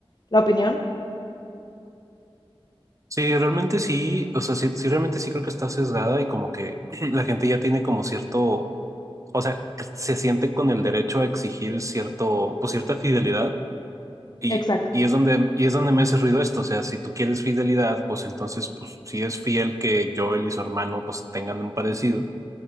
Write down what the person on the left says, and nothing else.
la opinión?
Exacto.